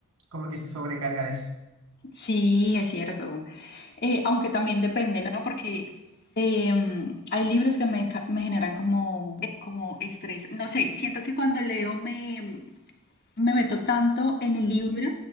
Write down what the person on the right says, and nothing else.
como que se sobrecarga de eso.